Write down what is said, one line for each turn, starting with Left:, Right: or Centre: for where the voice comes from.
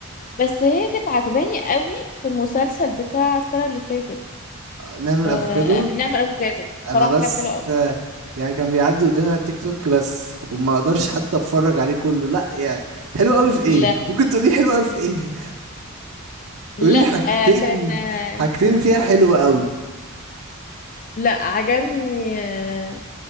Left: بس هي كانت عجباني قوي في المسلسل بتاع السنة اللي فاتت
Right: نعمل
Left: آه
Right: افوكادو
Left: نعمة الأفوكادو صراحة
Right: انا بس
Left: كان حلو قوي
Right: آه، يعني كان بيعدي قدامي على التيك توك بس وما اقدرش حتى اتفرج عليه كله لا يعني حلو قوي في ايه
Left: لا
Right: ممكن تقولي حلو قوي في ايه <laughs>
Left: لا
Right: قولي لي حاجتين
Left: آه كان آه
Right: حاجتين فيها حلو قوي
Left: لا عجبني آه